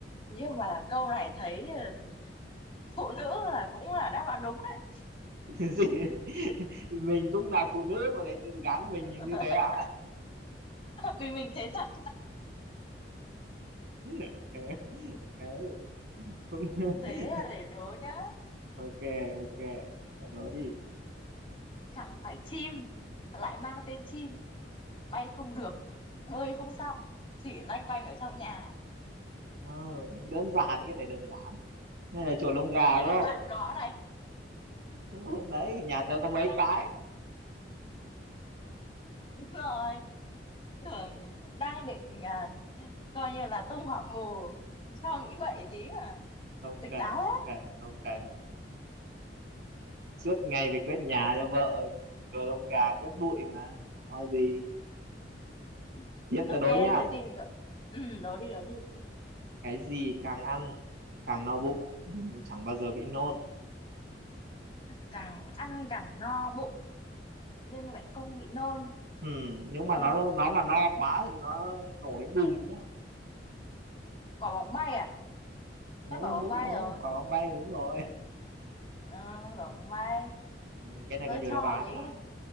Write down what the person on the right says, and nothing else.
<laughs> gì mình cũng là phụ nữ mà lại tự gắn mình
như như thế à
<laughs> thế thế cũng
<laughs>
ok ok cậu đố đi
Ờ, đơn giản cái này đơn giản cái này là chổi lông gà
đúng
không
đúng. đấy nhà tớ có mấy
cái
không
cần
không cần không cần suốt ngày phải quét nhà cho vợ chổi lông gà
quét bụi mà có gì
tiếp
tớ đố
nhá
cái gì càng ăn càng no bụng <laughs> nhưng chẳng bao giờ bị nôn
ừ, nhưng
mà nó nó mà no quá thì nó nổ đến bùm nhá
Ờ,
đúng
rồi
quả bóng bay đúng rồi
Ừ, cái này
có nhiều
đáp án
mà